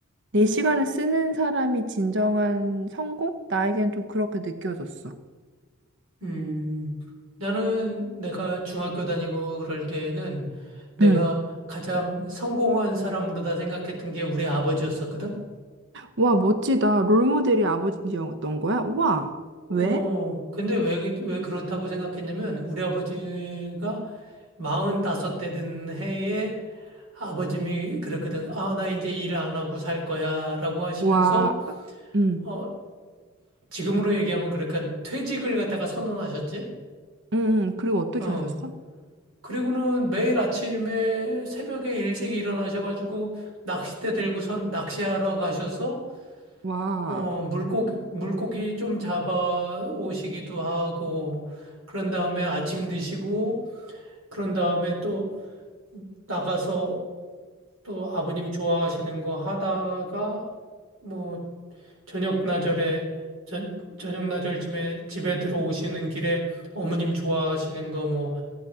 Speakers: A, on the right (about 60°); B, on the right (about 75°).
A: 내 시간을 쓰는 사람이 진정한 성공? 나에겐 좀 그렇게 느껴졌어.
B: 음. 나는 내가 중학교 다니고 그럴 때에는 내가
A: 응.
B: 가장 성공한 사람으로 다 생각했던 게 우리 아버지였었거든.
A: 와, 멋지다. 롤모델이 아버지였던 거야? 와,
B: 어,
A: 왜?
B: 근데 왜, 그- 왜 그렇다고 생각했냐면, 우리 아버지가 45 대 된 해에 아버님이 그랬거든. 아, 나 이제 일 안 하고 살 거야. 라고 하시면서,
A: 와, 응.
B: 어, 지금으로 얘기하면 그러니까 퇴직을 갖다가 선언하셨지?
A: 음, 음, 그리고 어떻게
B: 어.
A: 하셨어?
B: 그리고는 매일 아침에 새벽에 일찍 일어나셔가지고 낚싯대 들고선 낚시하러 가셔서,
A: 와,
B: 어, 물고기, 물고기 좀 잡아 오시기도 하고, 그런 다음에 아침 드시고, 그런 다음에 또 나가서 또 아버님 좋아하시는 거 하다가 뭐 저녁 나절에 저, 저녁 나절쯤에 집에 들어오시는 길에 어머님 좋아하시는 거 뭐